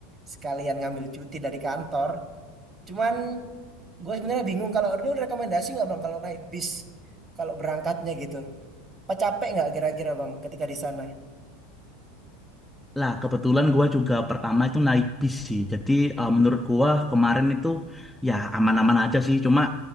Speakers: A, on the right (about 30°); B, in the centre.
A: Sekalian ngambil cuti dari kantor. Cuman gue sebenarnya bingung kalau lu rekomendasi nggak Bang kalau naik bis kalau berangkatnya gitu. Apa capek nggak kira-kira Bang ketika di sana?
B: Lah, kebetulan gua juga pertama itu naik bis sih. Jadi eh, menurut gua kemarin itu ya aman-aman aja sih. Cuma